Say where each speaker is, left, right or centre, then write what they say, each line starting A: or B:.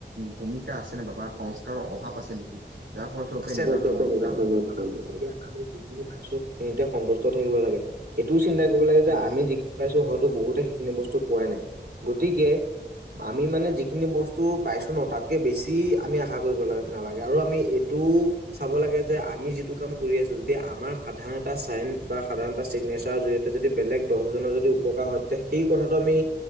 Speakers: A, on the right; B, on the right.
A: ভূমিকা আছে নে বা বা সংস্কাৰৰ অভাৱ আছে নেকি? যাৰ ফলস্বৰূপে
B: আছে
A: এনেকুৱা
B: <unintelligible>
A: ধৰণৰ
B: এতিয়া
A: কাম হয়।
B: আমি যিখিনি পাইছোঁ সিঁহতে সন্তুষ্ট থাকিব লাগে। এইটোও চিন্তা কৰিব লাগে যে
A: উম,
B: আমি যিখিনি পাইছোঁ বহুতে সেইখিনি বস্তু পোৱাই নাই। গতিকে আমি মানে যিখিনি বস্তু পাইছোঁ ন' তাতকে বেছি আমি আশা কৰিব নালাগে আৰু আমি এই টোও চাব লাগে যে আমি যিটো কাম কৰি আছোঁ যদি আমাৰ সাধাৰণ এটা চাইন বা সাধাৰণ এটা চিগনে নেচাৰ জৰিয়তে যদি বেলেগ দহজনৰ যদি উপকাৰ হয় তেতিয়া সেই কথাটো আমি